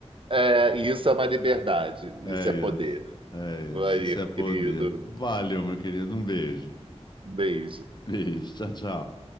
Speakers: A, on the right; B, on the left.
A: É, isso é uma liberdade,
B: É
A: isso é
B: isso.
A: poder.
B: É
A: Maria,
B: isso. Isso é poder.
A: querido,
B: Valeu, meu querido. Um beijo.
A: um beijo.
B: Beijo. Tchau, tchau.